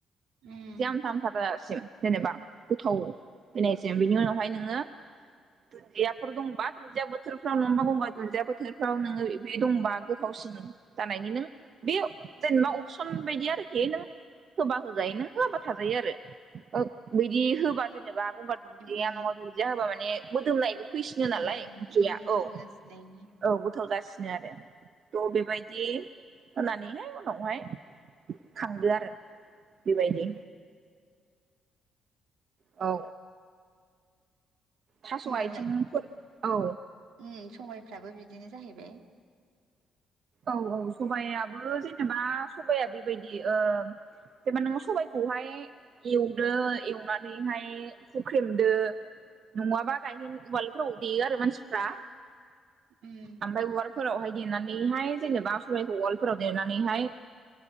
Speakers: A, on the right; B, on the right.
A: उम
B: एथि आमथा- आमथा जाजासिम। जेनेबा गोथाव फैनायसै बिनि उनावहाय नोङो दुन्दियाफोर दंबा दुदिया बोथोरफ्राव नङाबा गंगा दुन्दिया बोथोरफ्राव नोङो बे दंबा गोथावसिन जानायनि नों बे जेनेबा अपसन बायदि आरखि नों होबा होजायो नों होआाबा थाजायो आरो बिदि होबा जेनेबा हनगार दुन्दिया
A: उम
B: नङा दुन्दिया होबा माने मोदोमनायबो फैसिनो
A: मोदोमनायनि
B: नालाय ओंख्रिया
A: उम गोथाव
B: औ।
A: जासिनायनि
B: औ गोथाव जासिनो आरों। थ' बेबायदि होनानैहाय उनावहाय खांदो आरो बेबायदि। औ थास'
A: होमबालाय
B: आथिंफोर औ
A: उम सबायफ्राबो बिदिनो जाहैबाय।
B: औ -औ सबायाइाबो जेनेबा सबाया बेबायदि जेनेबा नोङो सबायाइखौहाय एवदो एवनानैहाय हुख्रेमदो नङाबा गायहै उवालफोराव देयो आरो मानसिफ्रा।
A: उम
B: ओमफ्राय उालफोरावहाय देनानैहाय जेनेबा सबायाइखौ उालफोराव देनानैहाय